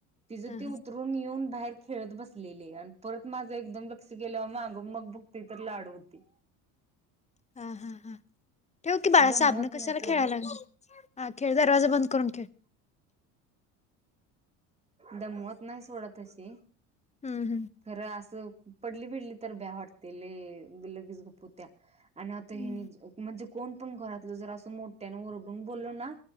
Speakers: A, on the right (about 15°); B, on the left (about 15°).
A: तिचं
B: हा हा
A: ती उठून ून येऊन बाहेर खेळत बसलेली आणि परत माझं एकदम लक्ष गेलंवर मागं मग बघते तर लाडू होती.
B: हा हा हा, ठेव की बाळा
A: दमवत
B: साहेबनं कशाला
A: नाही सोडा
B: खेळायला लागल हा खेळ दरवाजा बंद करून खेळ
A: दमवत नाही सोडा तशी
B: हम्म
A: खरं असं पडली भिडली तर ब्या वाटते लगेच गप्पू त्या आणि आता
B: हम्म
A: हेनी म्हणजे कोण पण घरातलं जर असं मोठ्याने ओरडून बोललो ना